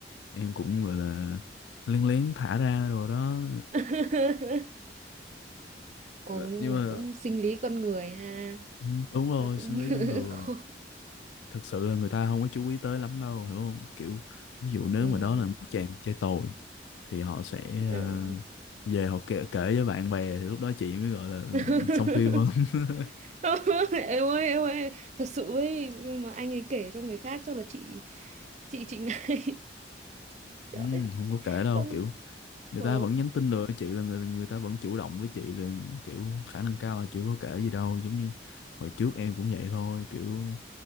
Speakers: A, on the left (about 80°); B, on the right (about 40°).
A: em cũng gọi là lén lén thả ra rồi đó
B: <laughs> ồ
A: <laughs>
B: nhưng
A: nhưng mà
B: mà cũng sinh lý con người ha
A: ừ, đúng rồi
B: chắc cũng
A: sinh
B: <laughs>
A: lý con người
B: khó
A: thực sự là người ta không có chú ý tới lắm đâu hiểu không kiểu ví dụ nếu
B: ừ.
A: mà đó là một chàng trai tồi thì họ sẽ
B: Ừ.
A: ờ, về họ kể, kể với bạn bè thì lúc đó chị mới gọi là ừ,
B: <laughs>
A: xong phim hơn <laughs>
B: <laughs> em ơi em ơi thật sự ấy nhưng mà anh ấy kể cho người khác chắc là chị chị chị ngay <laughs> trời
A: ừ,
B: ơi
A: không có kể đâu
B: không
A: kiểu người
B: ờ
A: ta vẫn nhắn tin được chị là người người ta vẫn chủ động với chị là kiểu khả năng cao là chưa có kể gì đâu giống như hồi trước em cũng vậy thôi kiểu